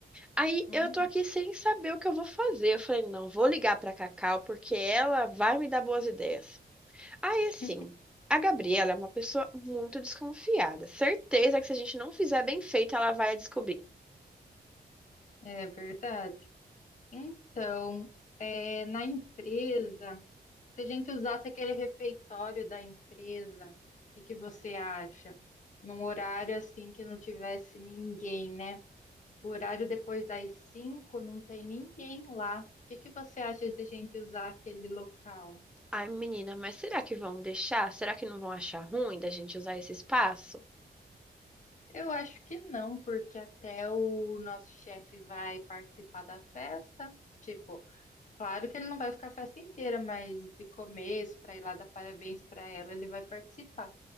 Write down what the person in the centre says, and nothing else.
Aí
eu tô aqui sem saber o que eu vou fazer. Eu falei, não, vou ligar pra Cacau porque ela vai me dar boas ideias. Aí assim,
a Gabriela é uma pessoa muito desconfiada. Certeza que se a gente não fizer bem feito, ela vai descobrir.
Ai, menina, mas será que vão deixar? Será que não vão achar ruim da gente usar esse espaço?